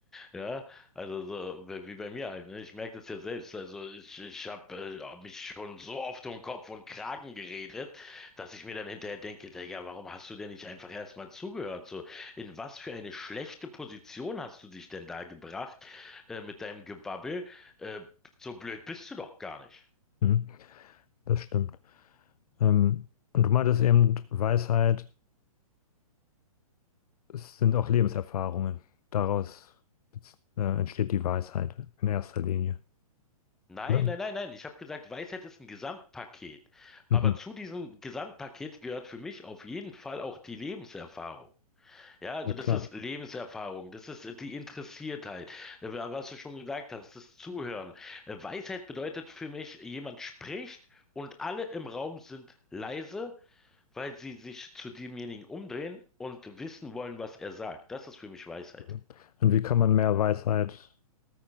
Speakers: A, in the centre; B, on the left.
A: Ja, also so wie wie bei mir halt, ne? Ich merke das ja selbst. Also ich, ich habe äh, mich schon so oft um Kopf und Kragen geredet, dass ich mir dann hinterher denke, ja, warum hast du denn nicht einfach erstmal zugehört? So, in was für eine schlechte Position hast du dich denn da gebracht äh, mit deinem Gebabbel? Äh, so blöd bist du doch gar nicht.
B: mhm, das stimmt. Ähm, und du meintest eben, Weisheit, es sind auch Lebenserfahrungen. Daraus bez- äh, entsteht die Weisheit in erster Linie.
A: Nein,
B: oder?
A: nein, nein, nein. Ich habe gesagt, Weisheit ist ein Gesamtpaket.
B: Mhm.
A: Aber zu diesem Gesamtpaket gehört für mich auf jeden Fall auch die Lebenserfahrung. Ja, also
B: Ja, klar.
A: das ist Lebenserfahrung, das ist äh, die Interessiertheit, äh, was du schon gesagt hast, das Zuhören. Äh, Weisheit bedeutet für mich, jemand spricht und alle im Raum sind leise, weil sie sich zu demjenigen umdrehen und wissen wollen, was er sagt. Das ist für mich Weisheit.
B: Mhm. Und wie kann man mehr Weisheit